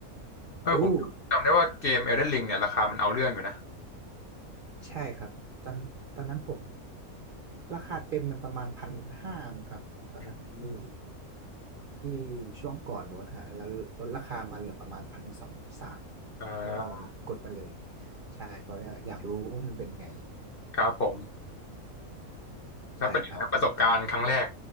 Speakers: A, on the left; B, on the right.
A: เออผมจำได้ว่าเกม
B: อู้
A: Elden Ring เนี่ยราคามันเอาเรื่องอยู่นะ
B: ใช่ครับตอนตอนนั้นผมราคาเต็มมันประมาณพันห้าครับตอนนั้นที่
A: อืม
B: ที่ช่วงก่อนนู้นนะฮะแล้วลดราคามาเหลือประมาณพันสองสาม
A: อ่า
B: เพื่อกดมันเลยใช่เพราะว่าอยากรู้ว่ามันเป็นไง
A: ครับผม แล้วเป็นไงครับประสบการณ์ครั้งแรก
B: ใช่ครับ